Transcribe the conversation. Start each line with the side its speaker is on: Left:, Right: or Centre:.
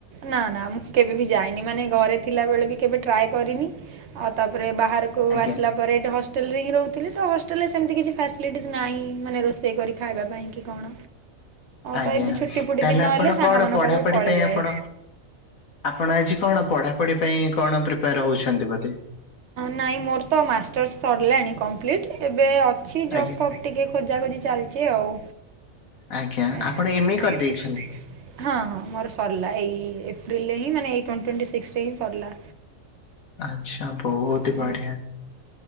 Right: ନା ନା ମୁଁ କେବେ ବି ଯାଇନି ମାନେ ଘରେ ଥିଲାବେଳେ ବି କେବେ ଟ୍ରାଏ କରିନି ଆଉ ତାପରେ ବାହାର କଉଁ
Left: ଆଜ୍ଞା
Right: ଆସିଲା ପରେ ଏଠି ହଷ୍ଟେଲରେ ହିଁ ରହୁଥିଲେ ତ ହଷ୍ଟେଲ ରେ ସେମତି କିଛି ଫାସିଲିଟିସ୍ ନାହିଁ ମାନେ ରୋଷଇ କରିକି ଖାଇବା। ପାଇଁ କି କଣ
Left: ଆଜ୍ଞା
Right: ତ ଏମିତି ଛୁଟି ଫୁଟି
Left: ତାହେଲେ
Right: ଦିନ
Left: ଆପଣ
Right: ହେଲେ ସାଙ୍ଗ
Left: କଣ
Right: ମନଙ୍କ
Left: ପଢାପଢି
Right: ପାଖକୁ ପଳେଇଯାଏ
Left: ପାଇଁ ଆପଣ ଆପଣ ଆଜି କଣ ପଢ଼ାପଢ଼ି ପାଇଁ କଣ ପ୍ରିପେୟାର ହଉଛନ୍ତି ବୋଧେ?
Right: ନାଇଁ ମୋର ତ ମାଷ୍ଟର୍ସ ସରିଲାଣି କମ୍ପ୍ଲିଟ୍ ଏବେ ଅଛି ଜବ୍
Left: ଆଜ୍ଞା
Right: ଫବ। ଟିକେ ଖୋଜା ଖୋଜି ଚାଲିଛି ଆଉ।
Left: ଆଜ୍ଞା
Right: ଆଚ୍ଛା,
Left: ଆପଣ ଏମେ
Right: ଆଜ୍ଞା।
Left: କରିଦେଇଛନ୍ତି।
Right: ହଁ ହଁ ମୋର ସରିଲା ଏଇ ଏପ୍ରିଲରେ ହିଁ ମାନେ ଏଇ ଟ ଟ୍ୱେଣ୍ଟି ସିକ୍ସରେ ହିଁ ସରିଲା।
Left: ଆଚଛା ବହୁତ
Right: ହଁ
Left: ବଢ଼ିଆ।